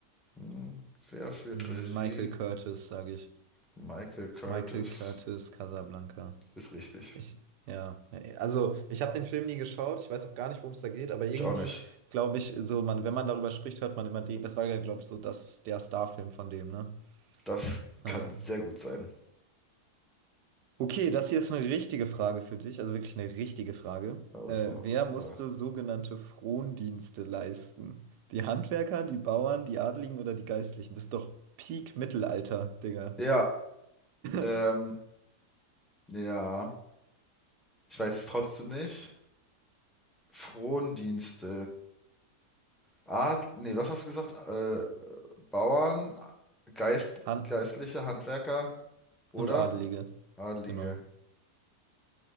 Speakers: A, in the centre; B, on the right (about 80°).
A: Hm, wer führt
B: Mm,
A: Regie?
B: Michael Curtis, sage ich.
A: Michael Curtis.
B: Michael Curtis, Casablanca.
A: Ist richtig.
B: Ich, ja, ja, also ich habe den Film nie geschaut, ich weiß auch gar nicht, worum es da geht, aber irgendwie
A: Ich auch nicht.
B: glaube ich, so man, wenn man darüber spricht, hört man immer den. Das war ja, glaube ich, so das, der Starfilm von dem, ne?
A: Das
B: Äh.
A: kann sehr gut sein.
B: Okay, das hier ist eine richtige Frage für dich, also wirklich eine richtige Frage.
A: Also,
B: Äh, wer
A: super.
B: musste sogenannte Frondienste leisten? Die Handwerker, die Bauern, die Adligen oder die Geistlichen? Das ist doch Peak-Mittelalter, Digga.
A: Ja, ähm,
B: <laughs>
A: ja. Ich weiß es trotzdem nicht. Frondienste. Ah, nee, was hast du gesagt? Äh, Bauern, Geist,
B: Han
A: geistliche Handwerker oder
B: Und Adelige,
A: Adlige.
B: genau.